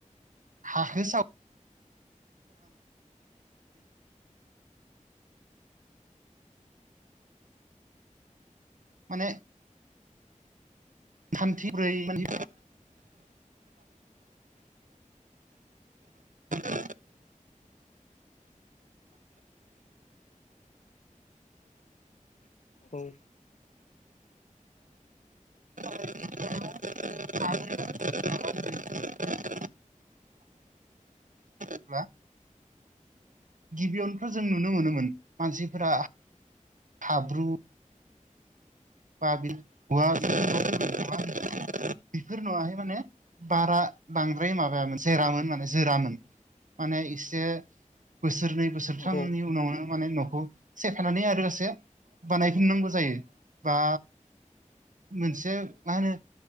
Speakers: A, on the right; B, on the left.
A: हाखो साव माने थान्थिब्रै माने <unintelligible> <unintelligible>
B: औ
A: <unintelligible> <unintelligible> गिबियावनो जों नुनो मोनोमोन मानसिफोरा हाब्रु बा <unintelligible> बेफोर नङाहाय माने बारा बांद्राय माबायामोन जेरामोन माने जोरामोन माने इसे बोसोरनै बोसोरथामनि
B: औ औ
A: उनावनो माने न'खौ सेफायनानै आरोसे बानायफिननांगौ जायो। बा मोनसे मा होनो